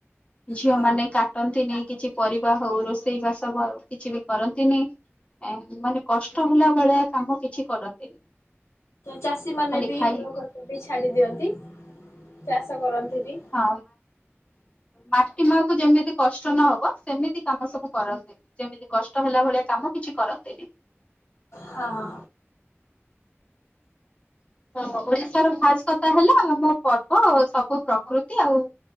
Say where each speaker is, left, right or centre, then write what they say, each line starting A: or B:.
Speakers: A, on the left (about 25°); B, on the left (about 75°).
A: ଝିଅ
B: ହଁ
A: ମାନେ କାଟନ୍ତିନି କିଛି ପରିବା ହଉ ରୋଷେଇ ବାସ କିଛି ବି କରନ୍ତିନି। ମାନେ କଷ୍ଟ ହେଲା ଭଳିଆ କାମ କିଛି କରନ୍ତିନି।
B: ଚାଷୀ ମାନେ
A: ଖାଲି
B: ବି
A: ଖାଇ
B: ହଳ <unintelligible> ଛାଡି ଦିଅନ୍ତି ଚାଷ କରନ୍ତି ବି।
A: ହଁ ମାଟି ମାଆକୁ ଯେମିତି କଷ୍ଟ ନହବ ସେମିତି କାମ ସବୁ କରନ୍ତି। ଯେମିତି କଷ୍ଟ ହେଲା ଭଳିଆ କାମ କିଛି କରନ୍ତିନି।
B: ହଁ।
A: ହ ଓଡିଶାର ଭାସ କଥା ହେଲା ଆମ ପର୍ବ ସବୁ ପ୍ରକୃତି ଆଉ